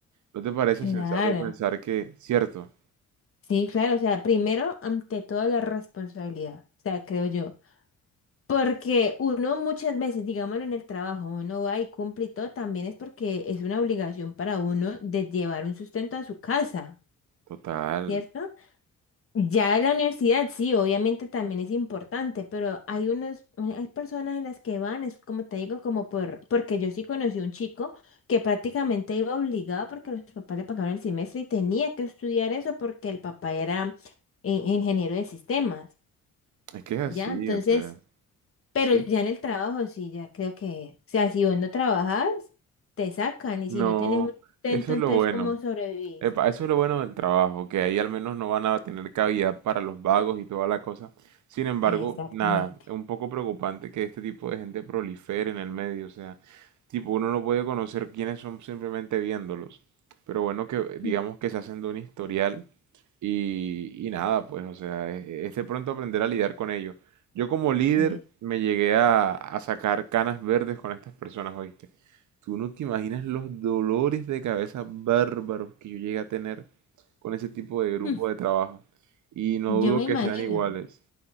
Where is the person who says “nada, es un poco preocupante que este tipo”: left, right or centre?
Right